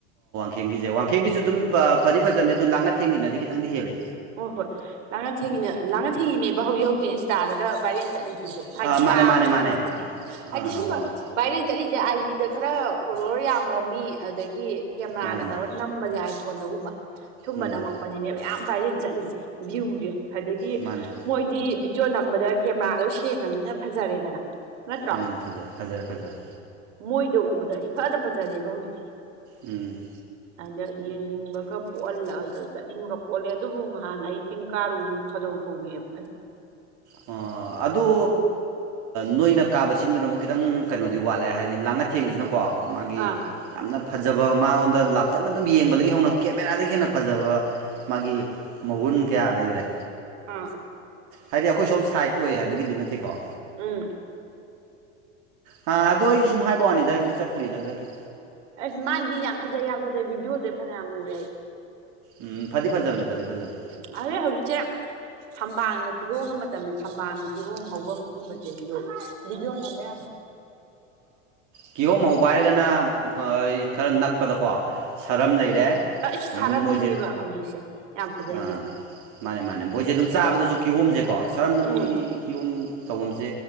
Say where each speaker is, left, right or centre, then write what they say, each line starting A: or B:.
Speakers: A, on the right (about 55°); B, on the right (about 70°).
A: ꯋꯥꯡꯈꯦꯡꯕꯤꯁꯦ ꯋꯥꯡꯈꯦꯝꯕꯤꯁꯨ ꯑꯗꯨꯝ ꯐꯗꯤ ꯐꯖꯕꯅꯦ ꯑꯗꯨ ꯂꯥꯛꯅ ꯊꯦꯡꯉꯅꯗꯤ ꯈꯤꯇꯪꯗꯤ ꯍꯦꯜꯂꯦ
B: ꯍꯣꯏ ꯍꯣꯏ ꯂꯥꯡꯅ ꯊꯦꯡꯉꯤꯅꯦ ꯂꯥꯡꯅ ꯊꯦꯡꯉꯤꯅꯦꯕ ꯍꯧꯖꯤꯛ ꯍꯧꯖꯤꯛ ꯏꯟꯁꯇꯥꯗꯒ ꯚꯥꯏꯔꯦꯜ ꯆꯠꯂꯤꯁꯦ ꯍꯥꯏꯗꯤ
A: ꯑꯥ ꯃꯥꯅꯦ
B: ꯀꯥꯕꯒꯤ
A: ꯃꯥꯅꯦ ꯃꯥꯅꯦ
B: ꯈꯣꯠꯄꯒꯤ
A: ꯑꯥ
B: ꯍꯥꯏꯗꯤ ꯁꯨꯝꯕ
A: ꯍꯣꯏ
B: ꯚꯥꯏꯔꯦꯟ ꯆꯠꯂꯤꯁꯦ ꯑꯥꯏ ꯗ ꯈꯔ ꯐꯣꯂꯣꯔ ꯌꯥꯝꯕ ꯃꯤ ꯑꯗꯨꯗꯒꯤ ꯀꯦꯃꯦꯔꯥꯒ
A: ꯃꯥꯅꯦ ꯃꯥꯅꯦ
B: ꯇꯧꯔꯅꯤ ꯅꯝꯕꯁꯦ ꯑꯥꯏꯐꯣꯟꯗꯒꯨꯝꯕ ꯁꯨꯝꯕ
A: ꯎꯝ
B: ꯅꯝꯃꯛꯄꯁꯤꯅꯦꯕ ꯌꯥꯝꯌꯥꯝ ꯚꯥꯏꯁꯤ ꯆꯠꯂꯤꯁꯦ ꯚ꯭ꯌꯨꯁꯦ ꯑꯗꯒꯤ
A: ꯃꯥꯅꯦ
B: ꯃꯣꯏꯗꯤ ꯚꯤꯗꯤꯑꯣ ꯅꯝꯕꯗ ꯀꯦꯃꯦꯔꯥꯗꯣ ꯁꯦꯡꯉꯅꯤꯅ ꯐꯖꯔꯦꯗꯅ ꯅꯠꯇ꯭ꯔꯣ
A: ꯎꯝ ꯐꯖꯔꯦ ꯐꯖꯔꯦ ꯐꯖꯔꯦ
B: ꯃꯣꯏꯗ ꯎꯕꯗ ꯏꯐꯗ ꯐꯖꯔꯦꯕ ꯍꯧꯖꯤꯛꯁꯦ
A: ꯎꯝ
B: ꯑꯗ ꯌꯦꯡꯅꯤꯡꯕꯒ ꯄꯣꯛꯍꯜꯂ ꯆꯠꯅꯤꯡꯕꯒ ꯄꯣꯛꯍꯜꯂꯦ ꯑꯗꯨꯕꯨ ꯉꯍꯥꯟ ꯑꯩ ꯆꯤꯡ ꯀꯥꯔꯨ ꯁꯥꯗꯧ ꯊꯣꯡꯉꯦꯕ
A: ꯑꯣ ꯑꯗꯨ
B: ꯎꯝ
A: ꯅꯣꯏꯅ ꯀꯥꯕꯁꯤꯡꯗꯨꯅ ꯑꯃꯨꯛ ꯈꯤꯇꯪ ꯀꯩꯅꯣꯗꯤ ꯋꯥꯠꯂꯦ ꯍꯥꯏꯗꯤ ꯂꯥꯡꯉꯊꯦꯡꯁꯤꯅꯀꯣ ꯃꯥꯒꯤ
B: ꯑꯥ
A: ꯌꯥꯝꯅ ꯐꯖꯕ ꯃꯉꯣꯟꯗ ꯂꯥꯞꯇꯛꯅ ꯑꯗꯨꯝ ꯌꯦꯡꯕꯗꯒꯤ ꯍꯧꯅ ꯀꯦꯃꯦꯔꯥꯗꯒꯤ ꯍꯦꯟꯅ ꯐꯖꯕ ꯃꯥꯒꯤ ꯃꯒꯨꯟ ꯀꯌꯥ ꯂꯩꯈ꯭ꯔꯦ
B: ꯑ
A: ꯍꯥꯏꯗꯤ ꯑꯩꯈꯣꯏ ꯁꯣꯝ ꯁꯥꯏꯠ ꯑꯣꯏ ꯍꯥꯏꯕꯒꯤꯗꯤ ꯅꯠꯇꯦꯀꯣ
B: ꯎꯝ
A: ꯍꯥ ꯑꯗꯣ ꯑꯩꯁꯨ ꯁꯨꯝ ꯍꯥꯏꯕꯛ ꯋꯥꯅꯤꯗ ꯑꯩꯁꯨ ꯆꯠꯇ꯭ꯔꯤꯗ ꯍꯟꯗꯛꯀꯤ
B: ꯑꯁ ꯃꯥꯏꯗꯤ ꯌꯥꯝ ꯐꯖꯩ ꯌꯥꯝ ꯐꯖꯩ ꯚꯤꯗꯤꯑꯣꯁꯦ ꯐꯖꯅ ꯌꯥꯝ ꯎꯔꯦ ꯑꯩ
A: ꯎꯝ ꯐꯥꯤꯐꯥꯖꯕꯅꯦ ꯐꯥꯇꯤꯐ ꯐꯥꯖꯕꯅꯦ
B: ꯑ ꯍꯧꯖꯤꯛꯁꯦ ꯊꯝꯕꯥꯜꯒ ꯀꯤꯍꯣꯒ ꯃꯇꯝꯅꯤ ꯊꯝꯕꯥꯜ ꯀꯤꯍꯣꯝ ꯍꯧꯕ ꯁꯨꯝꯕꯕꯁꯤꯗꯣ ꯚꯤꯗꯤꯑꯣ ꯅꯝꯕ ꯌꯥ
A: ꯀꯤꯍꯣꯝ ꯍꯧꯕ ꯍꯥꯏꯔꯒꯅ ꯈꯔ ꯅꯛꯄꯗꯀꯣ ꯁꯔꯝ ꯂꯩꯔꯦ
B: ꯑꯩꯁ
A: ꯑꯗꯨꯝ
B: ꯁꯥꯔꯝꯁꯤꯅꯦꯕ
A: ꯃꯣꯏꯁꯦ
B: ꯍꯧꯖꯤꯛꯁꯦ ꯌꯥꯝ ꯐꯖꯩꯁꯦ
A: ꯑꯥ ꯃꯥꯅꯦ ꯃꯥꯅꯦ ꯃꯣꯏꯁꯦ ꯑꯗꯨꯝ ꯆꯥꯕꯗꯁꯨ ꯀꯤꯍꯣꯝꯁꯦꯀꯣ ꯁꯔꯝꯗꯝ
B: ꯎꯝ
A: ꯃꯣꯏꯒꯤ ꯀꯤꯌꯣꯝ ꯇꯧꯐꯝꯁꯦ